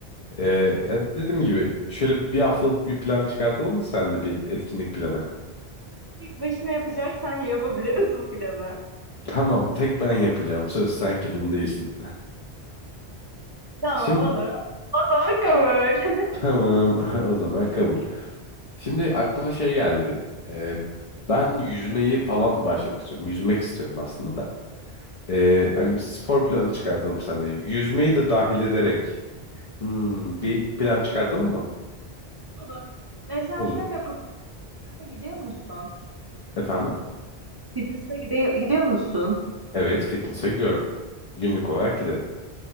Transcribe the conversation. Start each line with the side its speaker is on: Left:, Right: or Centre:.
Left: Ee, ya dediğim gibi şöyle bir haftalık bir plan çıkartalım mı senle bir etkinlik planı?
Right: <laughs> Tek başına yapacaksan yapabiliriz bu planı.
Left: Tamam tek ben yapacağım söz sen kilolu değilsin.
Right: Tamam
Left: Şimdi
Right: olur. O zaman kabul.
Left: tamam
Right: <laughs>
Left: <laughs> o zaman kabul. Şimdi aklıma şey geldi benim. Ee, ben yüzmeyi falan başlamak istiyorum. Yüzmek istiyorum aslında da. Ee, hani bir spor planı çıkartalım seninle. Yüzmeyi de dahil ederek hmm, bir plan çıkartalım mı?
Right: Olur. Mesela
Left: Olur.
Right: şöyle yapıp fitness'a gidiyor musun?
Left: Efendim?
Right: Fitness'a gidiyor, gidiyor musun?
Left: Evet fitness'a gidiyorum. Günlük olarak giderim.